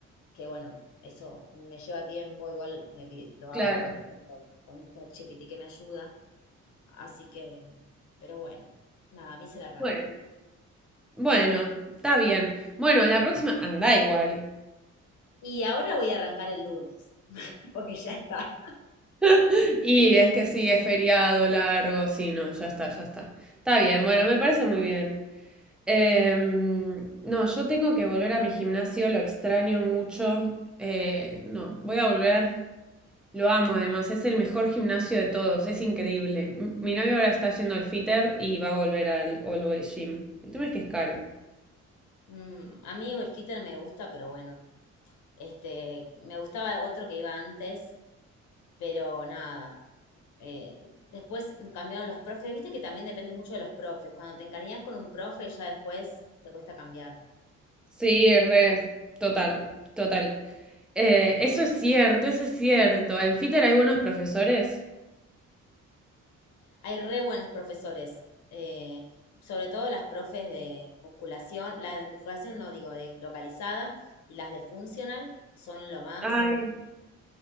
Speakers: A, on the left; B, in the centre.
A: que bueno, eso me lleva tiempo. Igual me, pi- lo
B: Claro.
A: hago a veces con, con ChatGPT que me ayuda. Así que, pero bueno, nada, me hice la rata.
B: Bueno. Bueno, está bien. Bueno, la próxima anda igual.
A: Y ahora voy a arrancar el lunes, <laughs> porque ya está.
B: <laughs> Y es que sí, es feriado largo, sí, no, ya está, ya está. Está bien, bueno, me parece muy bien. Em, no, yo tengo que volver a mi gimnasio, lo extraño mucho. Eh, no, voy a volver. Lo amo, además, es el mejor gimnasio de todos, es increíble. M- Mi novio ahora está yendo al Fitter y va a volver al Always Gym. El tema es que es caro.
A: Mm, a mí el Fitter me gusta, pero bueno, este, me gustaba otro que iba antes, pero nada. eh, después cambiaron los profes, viste que también depende mucho de los profes. Cuando te encariñas con un profe, ya después te cuesta cambiar.
B: Sí, re, total, total. Eh, eso es cierto, eso es cierto. En Fitter hay buenos profesores.
A: Hay re buenos profesores, eh, sobre todo las profes de musculación, la de musculación no digo de localizada y las de funcional son lo más.
B: Ay.